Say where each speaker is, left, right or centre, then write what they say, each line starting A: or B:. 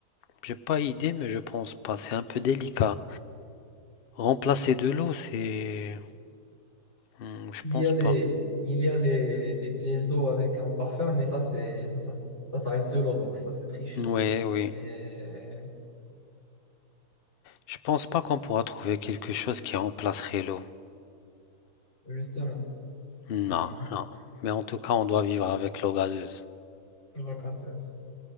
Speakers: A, on the left; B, on the left.
A: J'ai pas idée, mais je pense pas. C'est un peu délicat. Remplacer de l'eau, c'est... Hmm, Je
B: Il
A: pense
B: y a les,
A: pas.
B: il y a les, les, les eaux avec un parfum, mais ça, c'est, ça, ça, ça, ça, ça reste de l'eau, donc ça, c'est triché.
A: Oui, oui.
B: Mais
A: Je pense pas qu'on pourra trouver quelque chose qui remplacerait l'eau.
B: justement,
A: Non,
B: hmm,
A: non. Mais en tout cas, on doit vivre avec l'eau gazeuse.
B: l'occasion.